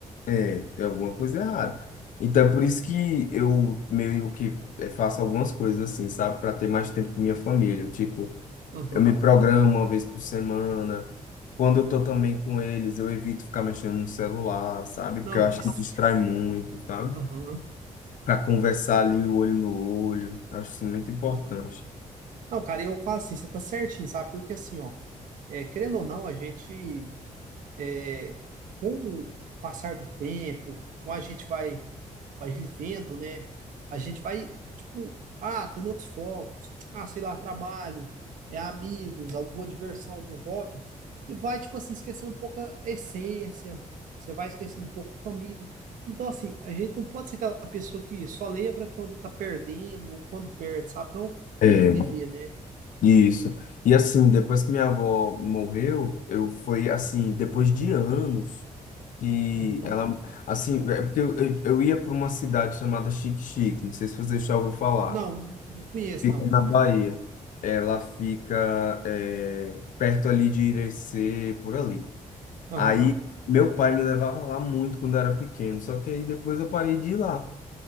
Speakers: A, on the left (about 75°); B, on the right (about 75°).
A: É, tem alguma coisa errada. Então, é por isso que eu meio que eh, faço algumas coisas assim, sabe? Para ter mais tempo com minha família. Tipo,
B: Aham,
A: eu me programo uma vez por semana. Quando eu tô também com eles, eu evito ficar mexendo no celular, sabe?
B: não,
A: Porque eu acho
B: isso,
A: que distrai muito, sabe?
B: aham,
A: Para conversar ali, o olho no olho. Eu acho isso muito importante.
B: aham. Não, cara, eu falo assim, você tá certinho, sabe? Porque assim, ó, é, querendo ou não, a gente É, com o passar do tempo, com a gente vai, vai vivendo, né? A gente vai, tipo, ah, tendo outros focos, ah, sei lá, trabalho, é amigos, alguma diversão, algum hobby, e vai, tipo assim, esquecendo um pouco a essência, você vai esquecendo um pouco a família. Então, assim, a gente não pode ser aquela pessoa que só lembra quando tá perdendo ou quando perde, sabe? Não,
A: é
B: tem que viver, né?
A: Isso. E assim, depois que minha avó morreu, eu foi assim, depois de anos que
B: Uhum.
A: ela, assim, é porque eu, eu, eu ia para uma cidade chamada Xique-Xique, não sei se você já ouviu falar.
B: Não, não conheço,
A: Fica
B: não.
A: na Bahia. Ela fica é, perto ali de Irecê, por ali.
B: Aham,
A: Aí meu pai me levava lá muito quando eu era pequeno, só que aí depois eu parei de ir lá.